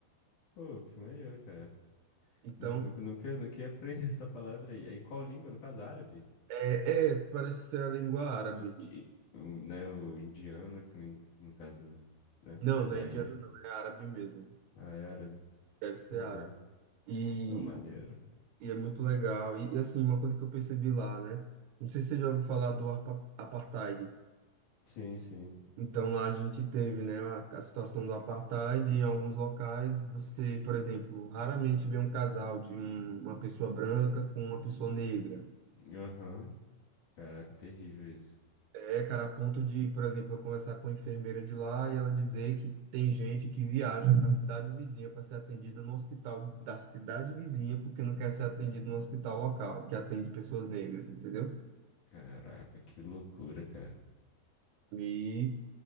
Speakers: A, on the left; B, on the right.
A: Pô, que maneiro, cara.
B: Então,
A: Nu- nu- Nunca, nunca ia aprender <laughs> essa palavra aí. É Em qual língua? No caso, árabe?
B: é, é, parece ser a língua árabe.
A: Indi... o- Né, o indiano, que no no caso, né,
B: Não, não
A: da
B: é indiano,
A: Índia.
B: não, é árabe mesmo.
A: Ah, é árabe.
B: Deve ser
A: Beleza.
B: árabe. E,
A: Não, maneiro.
B: e é muito legal. E, e, assim, uma coisa que eu percebi lá, né? Não sei se você já ouviu falar do arpa- apartheid.
A: Sim, sim.
B: Então, lá a gente teve, né, a, a situação do apartheid. Em alguns locais, você, por exemplo, raramente vê um casal de um- uma pessoa branca com uma pessoa negra.
A: Aham. Caraca, terrível isso.
B: É, cara, a ponto de, por exemplo, eu conversar com a enfermeira de lá e ela dizer que tem gente que viaja para a cidade vizinha para ser atendida no hospital da cidade vizinha porque não quer ser atendido no hospital local, que atende pessoas negras, entendeu?
A: Caraca, que loucura, cara.
B: E,